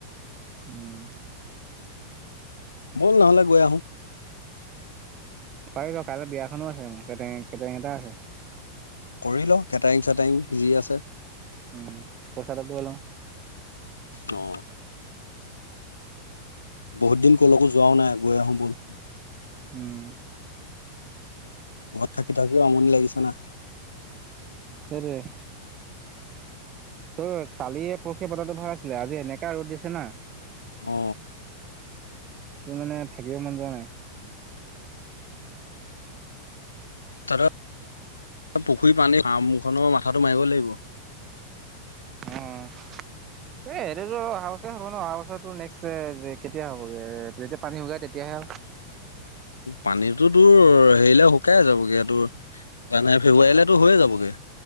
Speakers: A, on the right; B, on the left.
A: উম।
B: ব'ল নহ'লে গৈ আহোঁ।
A: পাৰি কাইলৈ বিয়াখনো আছে, কেটাৰিং, কেটাৰিং এটা আছে।
B: কৰি ল কেটাৰিং-চেটাৰিং যি আছে।
A: উম। <unintelligible>
B: অ। বহুত দিন ক'লৈকো যোৱাও নাই, গৈ আহো ব'ল।
A: উম।
B: ঘৰত থাকি-থাকিও আমনি লাগিছে না।
A: সেইটোৱে। ত', কালিয়ে পৰহিয়ে বতৰটো ভাল আছিলে, আজি এনেকুৱা ৰ'দ দিছে না।
B: অ
A: তোৰ মানে থাকিব মন যোৱা নাই।
B: তহঁতৰ পুখুৰী পানী, ফাৰ্মখনৰো মাথাটো মাৰিব লাগিব।
A: অঁ। এই এইটোতো অহা বছৰে হ'ব ন, অহা বছৰ তোৰ নেক্সট যে কেতিয়া হ'বগে, যেতিয়া পানী শুকাই তেতিয়াহে আৰু।
B: পানীটো তোৰ হেৰিলে শুকায়েই যাবগে, তোৰ জানুৱাৰী-ফেব্ৰুৱাৰীলেতো শুকাই যাবগে।